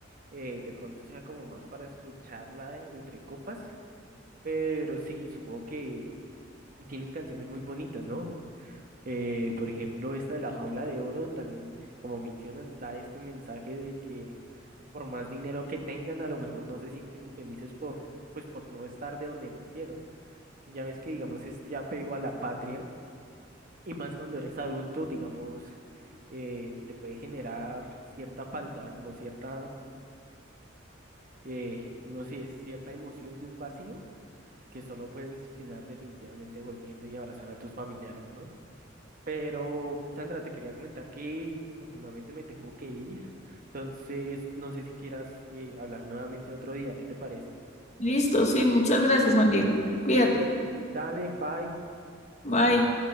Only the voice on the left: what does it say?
Listo, sí, muchas gracias, Juan Diego. Cuídate.
Bye.